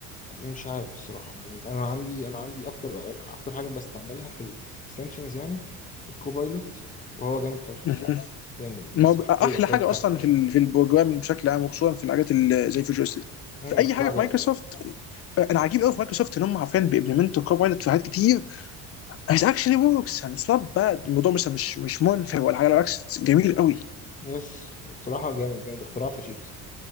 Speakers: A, on the left; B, on the left.
A: مش عارف الصراحة يعني انا عندي انا عندي اكتر اكتر حاجة بستعملها في الاكستنشنز يعني الكوبايلوت وهو جامد فشخ
B: مهم.
A: الصراحة يعني بيصحح
B: ما هو بقى
A: لي
B: احلى
A: الاكواد
B: حاجه
A: بتاعتي
B: اصلا
A: اصلا
B: في ال في البروجرامنج بشكل عام وخصوصا في الحاجات اللي زي فيجوال ستوديو،
A: مم،
B: في اي
A: اختراع
B: حاجه في
A: جامد
B: مايكروسوفت آه، انا عجيب قوي في مايكروسوفت ان هم عارفين بيمبلمنتوا كوبايلوت في حاجات كتير اتس اكشلي وركس يعني، اتس نوت باد الموضوع مثلا مش مش منفر ولا حاجه بالعكس it's جميل قوي
A: يس بصراحة جامد جامد اختراع فشيخ